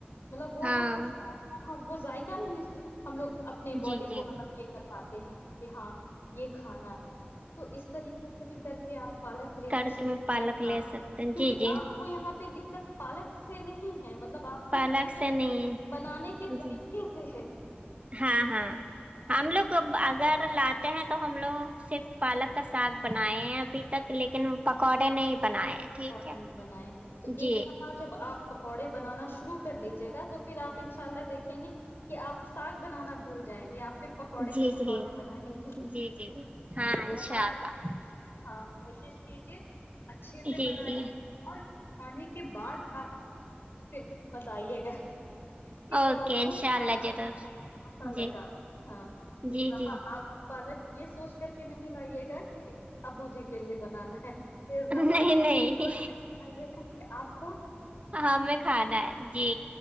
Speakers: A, on the left; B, on the right.
A: <unintelligible> مطلب وہ
B: ہاں
A: وہ <unintelligible> ہاں وہ جائے کا نہیں <unintelligible> ہم لوگ اپنے باڈی
B: جی جی
A: کو مطلب یہ کر پاتے ہیں کہ ہاں یہ کھانا ہے تو اس طریقے <unintelligible> سے بھی کر کے آ <unintelligible> پالک لینا
B: کر
A: شروع
B: کے پالک
A: کرے ہاں
B: لے سکتے ہیں
A: کیونکہ
B: جی جی
A: آپ کو یہاں پہ <unintelligible> پالک سے نہیں <unintelligible> مطلب آپ کو
B: پالک
A: یہاں پہ
B: سے نہیں
A: بنانے کے طریقے
B: جی
A: سے ہے
B: ہاں ہاں ہم
A: کیک
B: لوگ
A: <unintelligible>
B: اگر لاتے ہیں تو ہم لوگ صرف پالک کا ساگ بنائے ہیں ابھی تک لیکن پکوڑے نہیں بنائے ٹھیک
A: پکوڑے
B: ہے
A: نہیں بنائے تو
B: جی
A: ایک
B: <unintelligible>
A: دفعہ جب آپ پکوڑے بنانا شروع کر لیجیے گا تو پھر آپ ان شاء اللہ دیکھیں گے کہ آپ ساگ بنانا بھول جائیں گے آپ پھر پکوڑے
B: جی
A: ہی پکوڑے
B: جی
A: بنائیں گے ایک
B: جی جی ہاں انشاء
A: دفعہ <unintelligible>
B: اللہ
A: ہاں کوشش کیجے <unintelligible> اچھے سے
B: جی
A: بنائی
B: جی
A: گے اور <unintelligible> کھانے کے بعد آپ پھر بتائیے گا کہ
B: اوکے
A: وہ آپ کو
B: انشاء اللہ
A: ہاں ہاںا
B: ضرور
A: لگا
B: جی
A: ہاں اس
B: جی
A: دفعہ
B: جی
A: آپ <unintelligible> پالک یہ سوچ کر کے نہیں لائیے گا کہ <unintelligible> ابو جی کے لیے بنانا ہے <unintelligible> دفعہ مو
B: نہیں نہیں
A: کر تھا کہ آپ کو
B: ہمیں کھانا ہے جی